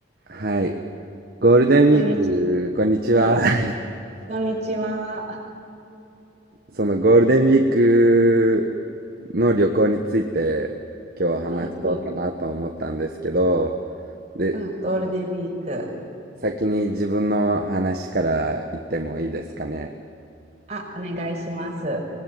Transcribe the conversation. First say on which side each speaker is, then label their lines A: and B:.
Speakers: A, on the right; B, on the right.
A: はい。ゴールデンウィー
B: こんにち
A: ク、こんにちは。
B: は、うん、
A: <laughs>
B: こんにちは。
A: そのゴールデンウィークの旅行について今日話そうかなと思ったんですけど、
B: うんうん、
A: で、
B: うん、ゴールデンウィーク。
A: 先に自分の話から言ってもいいですかね。
B: あ、お願いします。